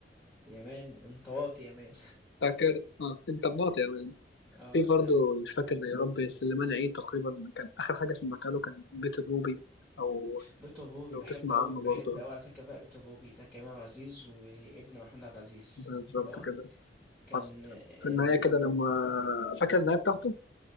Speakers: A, in the centre; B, on the left.
A: يا مان انت واطي يا مان
B: فاكر اه انت بناطق يعني
A: اه
B: في برضه
A: لا
B: مش فاكر يا ربي سليمان عيد تقريبا كان اخر حاجه سمعتها له كان بيت الروبي او
A: بيتو بوبي
B: لو
A: بحب
B: تسمع
A: أوي
B: عنه
A: بحب
B: برضه
A: أوي على فكرة بقى بيتو بوبي ده كريم عزيز وابن محمود عبد العزيز
B: بالظبط
A: صح
B: كده
A: كان
B: حصل
A: ال...
B: في النهايه كده لما فاكر النهايه بتاعته